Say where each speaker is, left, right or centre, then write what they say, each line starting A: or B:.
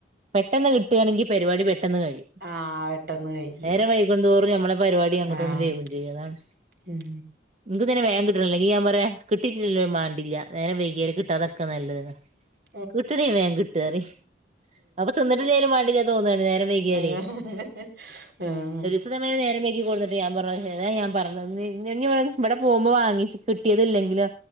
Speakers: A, on the right (about 35°); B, on the right (about 60°).
A: പെട്ടെന്ന് കിട്ടാണെങ്കി പരിവാടി പെട്ടെന്ന് കഴിയും
B: ആഹ് പെട്ടെന്ന് കഴിയും
A: നേരം വൈ കുന്തോറും നമ്മളെ പരിവാടി അങ്ങോട്ടും
B: ആഹ്
A: ഇണ്ടും വൈകും ചെയ്യും അതാണ്
B: ഉം
A: ഇന്ക്കും തന്നെ വേം കിട്ടണം ഇല്ലെങ്കി ഞാ പറയാ കിട്ടിട്ടില്ലേം മാണ്ടില്ല്യ നേരം വൈകാല് കിട്ടാതക്ക നല്ലത്
B: ഉ
A: കിട്ടിണിം വേം കിട്ടാറി അപ്പൊ തിന്നിട്ടില്ലോലും വാണ്ടിലാ തോന്നാണ് നേരം വൈകിയാലേ
B: ഏഹ് ആഹ്
A: ഇതേമാരി നേരം വൈകി കൊട്ന്ന്ട്ട് ഞാ പറഞ്ഞു ഇതാ ഞാ പറഞ് ഇഞ്ഞ് ഇഞ് ഇവടെ പോകുമ്പോ വാങ്ങിച്ച് കിട്ടേന്ത് ഇല്ലങ്കിലോ